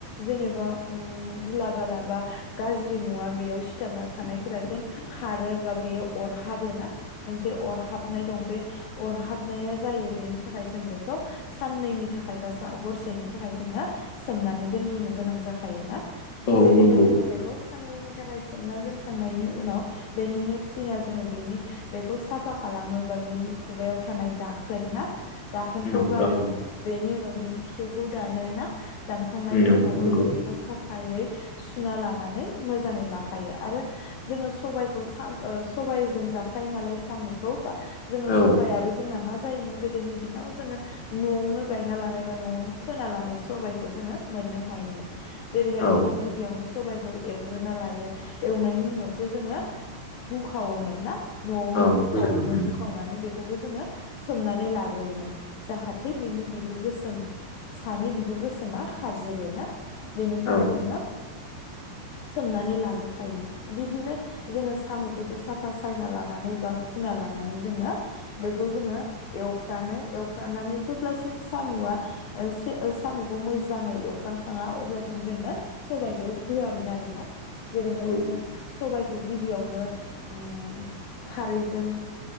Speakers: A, on the left (about 65°); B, on the left (about 45°).
A: जेनेबा ओम धुला बाला बा गाज्रि मुवा बेयाव सिथाबना थानायफोरा जेन खारो बा बेयो अरहाबो ना मोनसे अरहाबनाय दं बे अरहाब <unintelligible> नाया जायो बेनि थाखाय जों बेखौ साननैनि थाख खायबा सा हरसेनि थाखाय जोङो सोमनानै दोनग्रोनो गोनां जाखायोना
B: औ
A: जेरैहाय
B: नंगौ
A: जोङो बेखौ सा साननैनि थाखाय सोमना दोनखांनायनि उनाव बेनि नेक्स दिना जोङो बेनि खौ साफा खालामो बा बेनि खुगायाव थानाय दाखोन ना दाखोनखौ
B: नंगौ
A: गारो
B: दाखोन
A: बेनि उनाव बिनि खिथौखौ दानो ना दान खांनायनि
B: नोंनाव
A: उनाव
B: नंगौ
A: जोङो बेखौ साफ फायै सुना लानानै मोजाङै लाखायो आरो जोङो सबायखौ सा ओ सबायजों जाखायो नालाय साम'खौ बा जोङो
B: औ
A: सबायाबो जोंना मा जायोमोन गोदोनि दिनाव जोङो न'आवनो गायना लानाय बा न'आवनो फोना लानाय सबायखौ जोङो मोननो हायोमोन जेरैहाय
B: औ
A: जोङो गिबियावनो सबाय खौ एवग्रोना लायो एवनायनि उनावसो जोङो हुखावोमोन ना न'आवनो
B: औ
A: हुखावोमोन
B: फैदोंमोन उम
A: हुखावनानै बेख खौबो जोङो सोमनानै लाग्रोयोमोन जाहाथे बिनि बिगुर गोसोम सानि बिगुर गोसोमा खारजोबो। ना बेनि थाखाय
B: औ
A: जोङो सोमनानै लाग्रोखायोमोन बिदिनो जोङो साम'खौबो साफा सायना लानानै बा हुना लानानै जोङो बिखौ जोङो एवफ्रानै एवफ्रानानै जेब्लासिम साम'आ ओ सेओ सामुखौ मोज जाङै एवफ्रामखाङा अब्लासिम जोङो सबायखौ होआमोन आरोना जेरैहाय
B: औ
A: जोंङो सबाइखौ गिबियावनो उम खारैजों